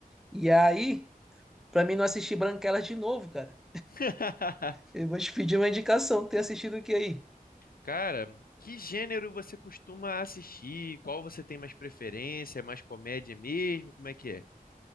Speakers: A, in the centre; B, on the left (about 80°).
A: E aí, pra mim não assistir Branquelas de novo, cara,
B: <laughs>
A: eu vou te pedir uma indicação. Tem assistido o que aí?
B: Cara, que gênero você costuma assistir? Qual você tem mais preferência? É mais comédia mesmo? Como é que é?